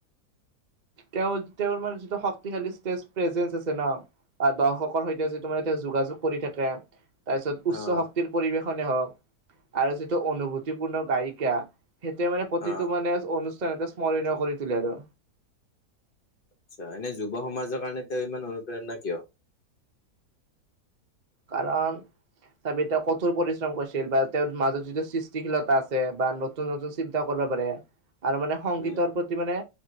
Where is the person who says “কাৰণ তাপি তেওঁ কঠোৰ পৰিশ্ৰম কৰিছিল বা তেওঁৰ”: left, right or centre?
Right